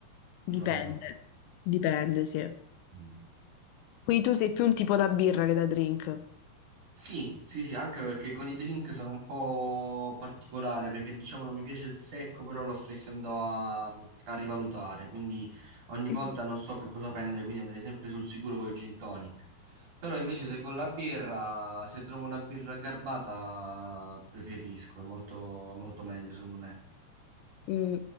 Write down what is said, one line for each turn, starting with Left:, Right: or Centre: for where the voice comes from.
Left: dipende.
Right: No.
Left: Dipende, sì.
Right: Mm.
Left: Quindi tu sei più un tipo da birra che da drink.
Right: Sì, sì, sì, anche perché con i drink sono un po' particolare, perché diciamo non mi piace il secco, però lo sto iniziando a, a rivalutare, quindi ogni
Left: <clears throat>
Right: volta non so che cosa prendere, quindi andrei sempre sul sicuro col gin tonic. Però invece se con la birra, se trovo una birra garbata, preferisco, è molto, è molto meglio secondo me.
Left: Mm.